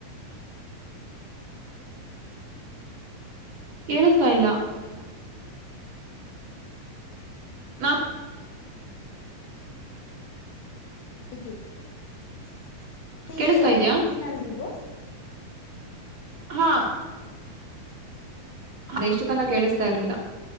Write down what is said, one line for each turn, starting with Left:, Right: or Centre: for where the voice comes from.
Right: ಕೇಳಿಸತಾ ಇಲ್ಲ. ನಾ <inaudible>
Left: ಹವಿ <unintelligible> ನಿಗೆ
Right: ಕೇಳಿಸ್ತಾ ಇದ್ಯಾ
Left: ಇನ್ನಲ್ ನೀವು. -
Right: ಹಾ,, ಅರೆಷ್ಟ <inaudible> ತಂಗ ಕೇಳಿಸ್ತಾ ಇರ್ಲಿಲ್ಲ. -